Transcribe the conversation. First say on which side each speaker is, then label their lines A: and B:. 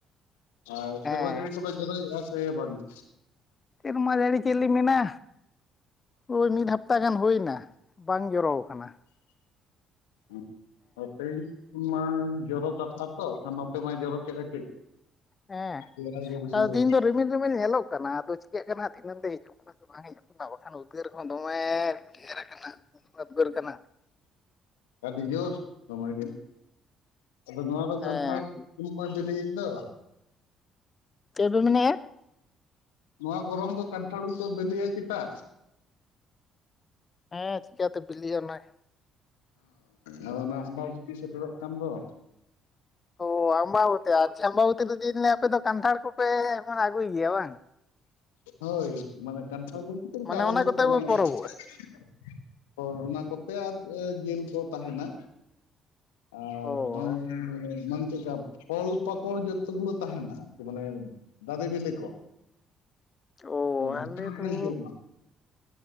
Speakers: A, on the left; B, on the left.
A: ᱟᱨ ᱥᱮᱨᱢᱟ
B: ᱦᱮᱸ
A: ᱡᱟᱹᱲᱤ ᱠᱚᱫᱚᱭ ᱡᱚᱨᱚᱭ ᱮᱜᱼᱟ ᱥᱮ ᱵᱟᱝᱟ
B: ᱥᱮᱨᱢᱟ ᱡᱟᱹᱲᱤ ᱪᱮᱫ ᱞᱤᱧ ᱢᱮᱱᱟ ᱳᱭ ᱢᱤᱫ ᱦᱟᱯᱛᱟ ᱜᱟᱱ ᱦᱳᱭᱱᱼᱟ ᱵᱟᱝ ᱡᱚᱨᱚ ᱠᱟᱱᱟ
A: <unintelligible> ᱛᱮᱦᱮᱧ ᱢᱟ ᱡᱚᱨᱚ ᱠᱟᱛᱷᱟ ᱛᱚ ᱟᱨ ᱱᱚᱛᱮ ᱢᱟᱭ ᱡᱚᱨᱚᱠᱮᱜ-ᱟ ᱠᱟᱹᱡ
B: ᱦᱮᱸ
A: ᱨᱮᱭᱟᱲ ᱜᱮ ᱵᱩᱡᱷᱟᱹᱣ
B: ᱟᱫᱚ ᱛᱮᱦᱮᱧ ᱫᱚ ᱨᱤᱢᱤᱞ ᱨᱤᱢᱤᱞ ᱧᱮᱞᱚᱜ ᱠᱟᱱᱟ ᱟᱫᱚ ᱪᱤᱠᱟᱹᱜ ᱠᱟᱱᱟ ᱫᱷᱤᱱᱟᱹᱝ ᱛᱮ ᱦᱤᱡᱩᱜ ᱠᱟᱱᱟ ᱥᱮ ᱵᱟᱝ ᱦᱮᱡ ᱵᱟᱠᱷᱟᱱ ᱩᱫᱽᱜᱟᱹᱨ ᱦᱚᱸ ᱫᱚᱢᱮ ᱰᱷᱮᱨ ᱠᱟᱱᱟ ᱫᱚᱢᱮ ᱩᱫᱽᱜᱟᱹᱨ ᱠᱟᱱᱟ
A: ᱟᱹᱰᱤ ᱡᱳᱨ ᱫᱚᱢᱮ ᱜᱮ ᱟᱫᱚ ᱱᱚᱣᱟ ᱫᱚ
B: ᱦᱮᱸ
A: ᱠᱟᱱᱛᱷᱟᱲ ᱩᱞ ᱠᱚᱭ ᱵᱮᱞᱮᱭᱮᱫ ᱫᱚ
B: ᱪᱮᱫ ᱵᱤᱱ ᱢᱮᱱᱮᱜᱼᱟ
A: ᱱᱚᱣᱟ ᱜᱚᱨᱚᱢ ᱫᱚ ᱠᱟᱱᱴᱷᱟᱲ ᱩᱞ ᱠᱚᱭ ᱵᱮᱞᱮᱼᱟ ᱪᱮᱛᱟ
B: ᱦᱮᱸ ᱪᱤᱠᱟᱹᱛᱮ ᱵᱤᱞᱤᱜᱼᱟ ᱱᱟᱭ
A: ᱟᱨᱚ ᱱᱚᱶᱟ ᱟᱢᱵᱟᱵᱩᱛᱤ ᱥᱮᱴᱮᱨᱚᱜ ᱠᱟᱱ ᱫᱚ
B: ᱚ ᱟᱢᱵᱟᱵᱩᱛᱤ ᱟᱪᱪᱷᱟ ᱟᱢᱵᱟᱵᱚᱛᱤ ᱪᱮᱫ ᱤᱧ ᱞᱮᱭᱟ ᱟᱞᱮᱫᱚ ᱠᱟᱱᱴᱷᱟᱲ ᱠᱚᱯᱮ ᱟᱜᱩᱭᱜᱮᱭᱟ ᱵᱟᱝ
A: ᱦᱳᱭ ᱢᱟᱱᱮ ᱠᱟᱱᱴᱷᱟᱲ ᱵᱚᱞᱛᱮ ᱪᱮᱫ ᱞᱮᱠᱟ
B: ᱢᱟᱱᱮ
A: ᱟᱞᱮ
B: ᱚᱱᱟ
A: ᱫᱚ
B: ᱠᱚᱛᱮ
A: <unintelligible>
B: ᱯᱮ ᱯᱚᱨᱚᱵᱚᱜᱼᱟ
A: ᱦᱳ ᱚᱱᱟ ᱠᱚᱛᱮ ᱟᱨ ᱡᱮᱞ ᱠᱚ ᱛᱟᱦᱮᱱᱟ ᱟᱨ
B: ᱚ
A: ᱦᱚᱜᱚᱭ <unintelligible> ᱪᱮᱜᱠᱟ ᱯᱷᱚᱞ ᱯᱟᱠᱚᱚᱞ ᱡᱚᱛ ᱜᱩᱞᱟᱹ ᱛᱟᱦᱮᱱᱟ ᱢᱟᱱᱮ ᱫᱟᱨᱮ ᱵᱮᱞᱮ ᱠᱚ
B: ᱚ
A: ᱡᱚᱛᱚᱱᱟᱜ
B: ᱟᱞᱮ ᱫᱚ
A: ᱞᱮ ᱡᱚᱢᱟ